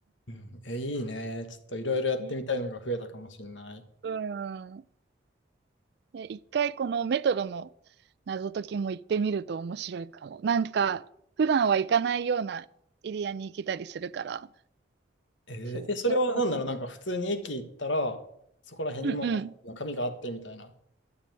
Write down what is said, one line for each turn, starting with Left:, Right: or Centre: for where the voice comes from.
Left: うん、え、いいね。ちょっといろいろやってみたいのが増えたかもしれない。
Right: いうん。で一回このメトロの謎解きも行ってみると面白いかも。なんか、普段は行かないようなエリアに行けたりするから、
Left: えーえ、
Right: そう、
Left: それは何だろうなんか普通に駅行ったら、
Right: それも、
Left: そこら辺にもう紙があってみたいな。
Right: うんうん。